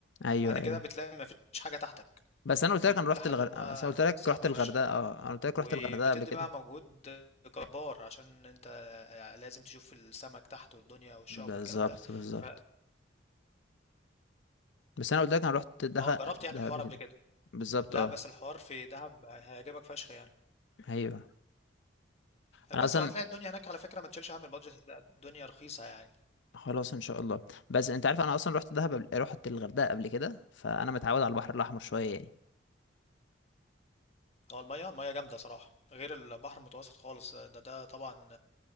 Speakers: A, on the left; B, on the left.
A: ايوه
B: بعد كده
A: ايوه
B: بتلاقي مفيش حاجة تحتك
A: بس انا قلت
B: الدنيا
A: لك انا رحت
B: إلى حد
A: الغردقه
B: ما
A: بس انا قلت لك
B: صعبة
A: رحت الغردقه
B: فشخ
A: اه انا قلت لك
B: وبتدي
A: رحت الغردقه قبل كده
B: بقى مجهود جبار عشان انت لازم تشوف السمك تحت والدنيا والشعب
A: بالظبط
B: والكلام ده
A: بالظبط
B: ف
A: بس انا قلت لك انا رحت دخل
B: اه جربت
A: ده
B: يعني الحوار
A: قبل
B: قبل
A: كده
B: كده
A: بالظبط
B: لا
A: اه
B: بس الحوار في دهب هيعجبك فشخ يعني
A: ايوه
B: بس
A: انا اصلا
B: وهتلاقي الدنيا هناك على فكرة ما تشيلش هم البادجت هتلاقي الدنيا رخيصة يعني
A: خلاص ان شاء الله بس انت عارف انا اصلا رحت دهب قبل... رحت الغردقه قبل كده فانا متعود على البحر الاحمر شويه يعني
B: هو المية المية جامدة صراحة غير البحر المتوسط خالص ده ده طبعا